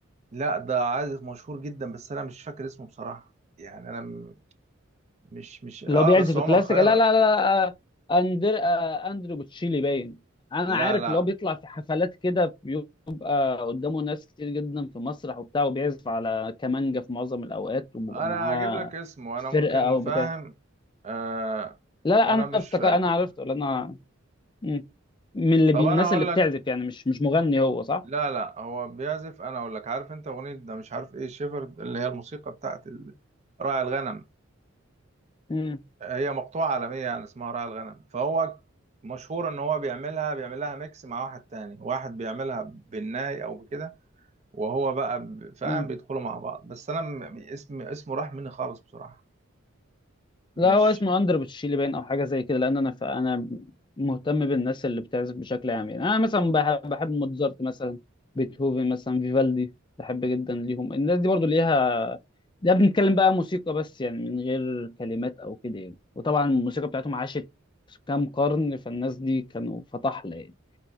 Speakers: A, on the right (about 35°); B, on the left (about 20°).
A: لا ده عازف مشهور جدا بس انا مش فاكر اسمه بصراحة يعني انا م- مش مش اه
B: اللي هو بيعزف
A: بس عمر
B: الكلاسيك
A: خيرت
B: لا لا لا لا، آه، اندر آه، اندرو بوتشيلي باين انا
A: لا
B: عارف
A: لا
B: اللي هو بيطلع في حفلات كده بيبقى قدامه ناس كتير جدا في مسرح وبتاع وبيعزف على كمانجا في معظم الاوقات وبيبقى
A: انا
B: معاه
A: هجيب لك اسمه
B: فرقه
A: انا ممكن
B: او
A: فاهم
B: بتاع
A: آه
B: لا لا
A: انا
B: انا
A: مش
B: افتكر
A: فاكر
B: انا عرفت ولا انا مم. من اللي بي...
A: طب
B: الناس
A: انا هقول
B: اللي بتعزف
A: لك
B: يعني مش مش مغني هو صح؟
A: لا لا هو بيعزف انا اقول لك عارف انت اغنيه ده مش عارف ايه شيفرد اللي هي الموسيقى بتاعت ال- راعي الغنم
B: مم.
A: هي مقطوعه عالميه يعني اسمها راعي الغنم فهو مشهور ان هو بيعملها بيعمل لها ميكس مع واحد تاني واحد بيعملها بالناي او بكده وهو بقى ب- فاهم
B: مم.
A: بيدخلوا مع بعض بس انا م- اسم اسمه راح مني خالص بصراحه مش
B: لا هو اسمه اندر بتشيلي باين او حاجه زي كده لان انا ف... انا مهتم بالناس اللي بتعزف بشكل عام يعني انا مثلا بحب, بحب موتزارت مثلا بيتهوفن مثلا فيفالدي بحب جدا ليهم الناس دي برضو ليها ده بنتكلم بقى موسيقى بس يعني من غير كلمات او كده يعني وطبعا الموسيقى بتاعتهم عاشت كام قرن فالناس دي كانوا فطحلة يعني